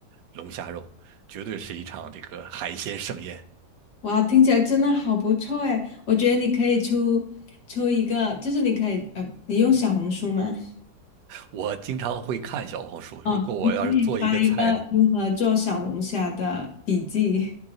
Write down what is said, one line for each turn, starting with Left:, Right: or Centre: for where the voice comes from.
Right: 龙虾肉，绝对是一场这个海鲜盛宴。
Left: 哇，听起来真的好不错哎！我觉得你可以出出一个，就是你可以呃，你用小红书吗？
Right: 我经常会看小红书，
Left: 哦，
Right: 如果我要是做一个菜的，
Left: 你可以发一个如何做小龙虾的笔记，